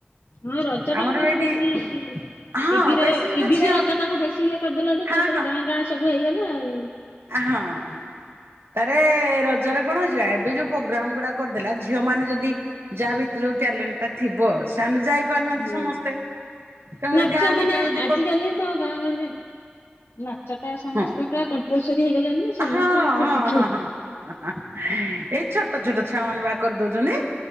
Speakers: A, on the left; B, on the right.
A: ହଁ ରଜ
B: ଆମର
A: ଟାକୁ ମାନେ
B: ଏଇଠି
A: ବେଶୀ
B: ହଁ
A: ଟିଭିର
B: ବେଶୀ ଏଟା
A: ଟିଭିରେ
B: ଝିଅ
A: ରଜ ଟାକୁ ବେଶୀ ଇଏ କରିଦେଲାଠୁ
B: ହଁ
A: ତା ତାପରେ ଗାଁ ଗାଁ ସବୁ ହେଇଗଲା ଆଉ।
B: ଆ ହଁ। ତାରେ ରଜରେ କଣ ହୋଉଚି ବା ଏବେ ଯୋଉ ପ୍ରୋଗ୍ରାମ ଗୁଡା କରିଦେଲା ଝିଅ ମାନେ ଯଦି ଯାହା ଭିତରେ ଯୋଉ ଟ୍ୟାଲେଣ୍ଟ ଟା ଥିବ ସେମାନେେ ଯାଇ ପାରୁନାହାନ୍ତି
A: ହୁଁ
B: ସମସ୍ତେ ତେଣୁକରି
A: ନାଚ
B: ଗାଁ
A: ମାନେ
B: ଭିତରେ ଯଦି
A: ଆଜିକାଲି ତ ଗାଁ ଗହଳିରେ ନାଚ ଟା ସମସ୍ତେ
B: ହଁ
A: ପୁରା କମ୍ପଲସରି ହେଇଗଲାଣିି ନା। ସମସ୍ତେ
B: ହଁ
A: ନାଚ
B: ହଁ
A: ଶିଖିଲେ।
B: ହଁ ହଁ। ଏଇ ଛୋଟ ଛୋଟ ଛୁଆ ମାନେ ପା କରି ଦୋଉଚନ୍ତି।